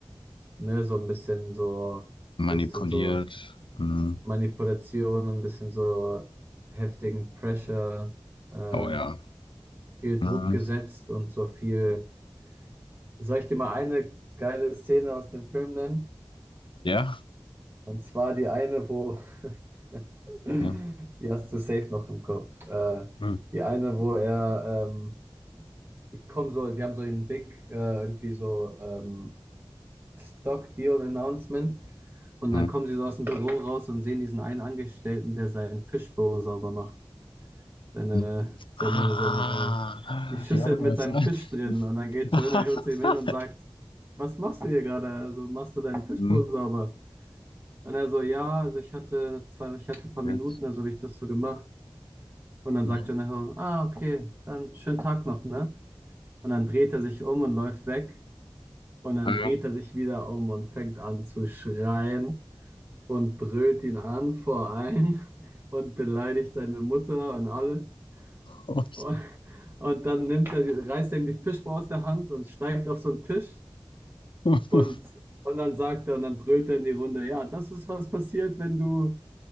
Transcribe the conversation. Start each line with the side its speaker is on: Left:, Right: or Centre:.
Right: ne, so ein bisschen so,
Left: manipuliert.
Right: bisschen so
Left: Mhm.
Right: Manipulation und ein bisschen so heftigen Pressure, äh,
Left: Oh ja.
Right: viel
Left: Mhm.
Right: Druck gesetzt und so viel. Soll ich dir mal eine geile Szene aus dem Film nennen?
Left: Ja?
Right: Und zwar die eine, wo <laughs>
Left: Okay.
Right: Die hast du safe noch im Kopf. Äh,
Left: Mhm.
Right: die eine, wo er, ähm, die kommen so, die haben so einen Big, äh, irgendwie so ähm, Stock Deal Announcement. Und
Left: Mhm.
Right: dann kommen sie so aus dem Büro raus und sehen diesen einen Angestellten, der seinen Fishbowl sauber macht. Seine,
Left: Mhm.
Right: seine,
Left: Ah,
Right: seine, die Schüssel
Left: ja, was?
Right: mit seinem Fisch drin. Und dann
Left: <laughs>
Right: geht Jonah Hill zu ihm hin und sagt, was machst du hier gerade? Also machst du deinen Fishbowl
Left: Mhm.
Right: sauber? Und er so, ja, also ich hatte zwei, ich hatte ein paar
Left: Okay.
Right: Minuten, also habe ich das so gemacht. Und dann
Left: Ja.
Right: sagt Jonah Hill, ah, okay, dann schönen Tag noch, ne? Und dann dreht er sich um und läuft weg. Und dann
Left: Ähm,
Right: dreht er sich wieder um und fängt an zu schreien und brüllt ihn an vor allen <laughs> und beleidigt seine Mutter und alles.
Left: Oh,
Right: Und, und dann nimmt er, die- reißt er ihm die Fischbar aus der Hand und steigt auf so einen Tisch
Left: <laughs>
Right: und, und dann sagt er und dann brüllt er in die Runde, ja, das ist, was passiert, wenn du